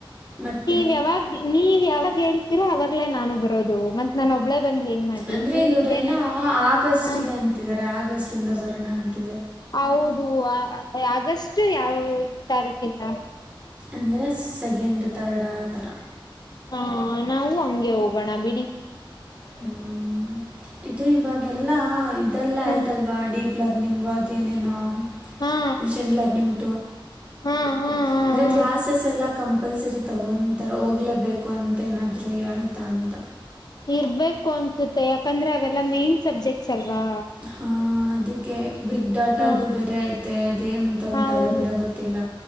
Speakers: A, on the right (about 15°); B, on the left (about 50°).
A: ಮತ್ತೆ
B: ನೀವ್ ಯಾವಾಗ್ ನೀವ್ ಯಾವಾಗ ಹೇಳ್ತಿೀರೋ ಅವಾಗ್ಲೇ ನಾನು ಬರೋದು ಮತ್ ನಾನ ಒಬ್ಬಳೇ ಬಂದ್ ಏನ್ ಮಾಡ್ಲಿ
A: ಅಂದ್ರೆ
B: ನೀವಿಲ್ದೆ
A: ಇವರೆಲ್ಲಾ
B: ನನ್
A: ಆಗಸ್ಟ್ಗೆ
B: ಹ
A: ಅಂತಿದ್ದಾರೆ ಆಗಸ್ಟ್ ಇಂದ ಬರೋಣ ಅಂತ
B: ಹೌದು ಆಗಸ್ಟ್ ಯಾವ ತಾರೀಕಿಂದ
A: ಅಂದರೆ ಸೆಕೆಂಡ್ ತರ್ಡ್ ಆ ಥರ
B: ಹಾ ನಾವು ಹಂಗೆ ಹೋಗೋಣ ಬಿಡಿ
A: ಹ್ಮ್ ಇದು ಇವಾಗೆಲ್ಲಾ ಇದೆಲ್ಲ
B: ಹ್ಮ
A: ಆಯ್ತಲ್ವಾ ಡಿೀಪ್ ಲರ್ನಿಂಗು ಅದ ಏನೇನೋ
B: ಹಾ
A: ಮಿಷಿನ್ ಲರ್ನಿಂಗ್
B: ಹಾ ಹಾ ಹಾ ಹಾ
A: ಅಂದ್ರೆ ಕ್ಲಾಸಸ್ ಎಲ್ಲ ಕಂ ಕಂಪಲ್ಸರಿ ತಗೊಂತಾರೆ ಹೋಗ್ಲೇಬೇಕು ಅಂತ ಏನಾದ್ೂ ಆಯ್ತಾ ಅಂತ
B: ಇರ್ಬೇಕು ಅನ್ಸುತ್ತೆ ಯಾಕಂದ್ರೆ ಅವೆಲ್ಲಾ ಮೇನ್ ಸಬ್ಜೆಕ್ಟ್ಸ್ ಅಲ್ವಾ
A: ಹಾಂ ಅದಕ್ಕೆ ಬಿಗ್ ಡಾಟಾ
B: ಹ್ಮ
A: ಅದು ಬೇರೆ ಐತೆ ಅದೇನಂತಲೂ
B: ಹೌದು
A: ತಲೆ ಬಿಿಡೋ ಗೊತ್ತಿಲ್ಲ